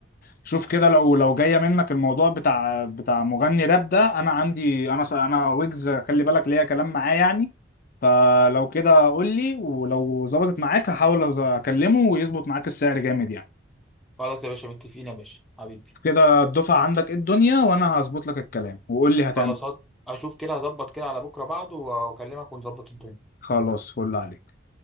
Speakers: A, on the left; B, in the centre.
A: شوف كده لو لو جاية منك الموضوع بتاع بتاع مغني راب ده انا عندي انا انا ويجز خلي بالك ليا كلام معاه يعني فلو كده قول لي ولو ظبطت معاك هحاول أز- اكلمه ويظبط معاك السعر جامد يعني
B: خلاص يا باشا متفقين يا باشا حبيبي
A: كده الدفعة عندك ايه الدنيا وانا هظبط لك الكلام وقول لي هتعمل
B: خلاص
A: إيه.
B: هز- اشوف كده هظبط كده على بكره بعده واكلمك ونظبط الدنيا
A: خلاص فل عليك